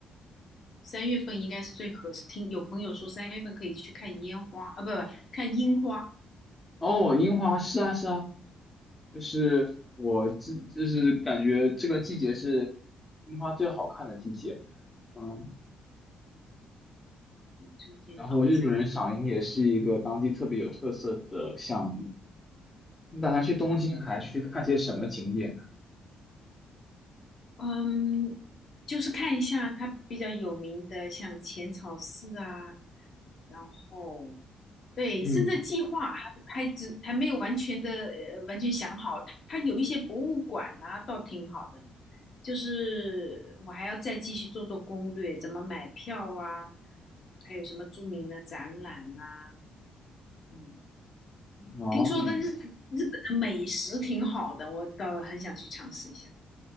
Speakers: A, on the left (about 50°); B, on the left (about 20°).
A: 三月份应该是最合适。听有朋友说三月份可以去看烟花，啊，不不，看樱花。
B: 哦，樱花是啊是啊，就是我自就是感觉这个季节是樱花最好看的季节。嗯，
A: 春天啊，
B: 然后日本人赏樱也是一个当地特别有特色的项目。
A: 三月份。
B: 你打算去东京还去看些什么景点呢？
A: 嗯哼，嗯，就是看一下它比较有名的，像浅草寺啊，然后对，
B: 嗯，
A: 现在计划还还只还没有完全的呃完全想好，它它有一些博物馆啊，倒挺好的，就是我还要再继续做做攻略，怎么买票啊，嗯它有什么著名的展览呐、嗯，
B: 哦。
A: 听说的日日本的美食挺好的，我倒很想去尝试一下，